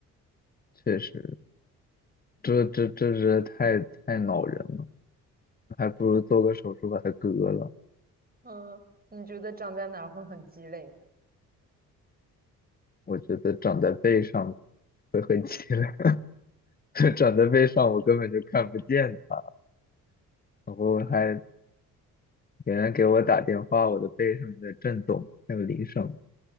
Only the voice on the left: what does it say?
确实，这这这是太太恼人了。还不如做个手术把它割了。
我觉得长在背上会很凄凉，<laughs> 就长在背上我根本就看不见它。然后还别人给我打电话，我的背上在震动，那个铃声，